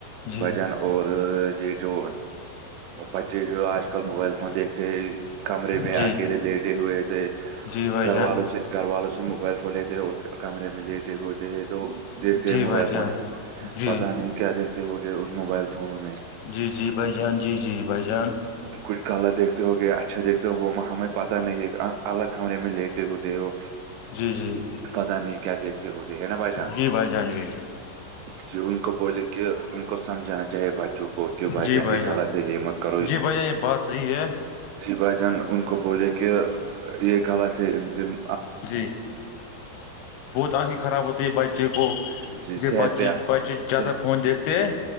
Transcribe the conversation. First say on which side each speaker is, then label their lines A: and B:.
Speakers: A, on the left (about 85°); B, on the right (about 85°).
A: جی
B: بھجان <unintelligible> اور یہ جو بچے جو آج کل موبائل فون دیکھ تھ کمرے پ
A: جی
B: آ کے لے لیٹے ہوئے تھے
A: جی بھائی
B: گھر
A: جان
B: والوں سے گھر والوں سے موبائل فون لیتے اور کمے میں لی <unintelligible> ے ہوتے ہیں تو دیکھتے
A: جی
B: ہیں
A: بھائی
B: موبائل
A: جان
B: فون
A: جی
B: پتا نہیں کیا دیکھتے ہوگئے اس موبائل فون میں
A: جی جی بھائی جان جی جی بھائی جان
B: کچھ غط دیکھتے ہو گیا اچھا دیکھتے ہو وہ ہمیں پتہ نہیں ہے الگ کمرے میں لیٹ ہوتے ہو
A: جی جی
B: <unintelligible> پتا نہیں کیا دیکھتے ہو گئے ہے نا بھائی جان
A: جی بھائی جان جی
B: جی ان کو بولے کہ ان کو سمجھانا چاہیے بچہ <unintelligible> چکو کہہ بچان
A: جی بھائی
B: یہ
A: جان
B: غلط ہے حمت کرو یہ
A: جی بھائی جان بات صحیح ہے
B: جی بھائی جان ان کو بولے کہ یہ غلط ہے انم
A: جی بت آنکھیں خراب ہوتی ہے بائ چی کو <unintelligible>
B: جی
A: ج
B: صحت
A: بچے
B: پہ
A: بچے زیادہ
B: صحت
A: فون دیکھتے ہیں